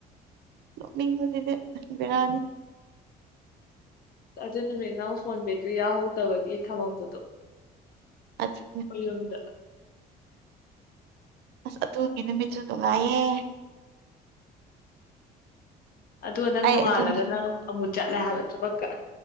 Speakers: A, on the right; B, on the left.
A: ꯅꯣꯛꯅꯤꯡꯕꯁꯤꯗꯤ ꯑꯦ ꯕꯦꯔꯥꯅꯤ
B: ꯑꯗꯨ ꯅꯨꯃꯤꯠ ꯑꯃ ꯐꯣꯟ ꯕꯦꯇ꯭ꯔꯤ ꯌꯥꯎꯗꯕꯒꯤ ꯊꯝꯃꯝꯕꯗꯣ꯫
A: ꯑꯗꯨ
B: ꯑꯩꯈꯣꯏ ꯌꯨꯝꯗ
A: ꯑꯁ ꯑꯗꯨꯒꯤ ꯅꯨꯃꯤꯠꯇꯣ ꯅꯨꯡꯉꯥꯏꯌꯦ꯫
B: ꯑꯗꯨꯒ ꯅꯪ
A: ꯑꯩ
B: ꯅꯣꯡꯉꯥꯜꯂꯒ
A: ꯑꯗꯨꯅ
B: ꯅꯪ ꯑꯃꯨꯛ ꯆꯠꯂꯦ ꯍꯥꯏꯕ ꯊꯕꯛꯀ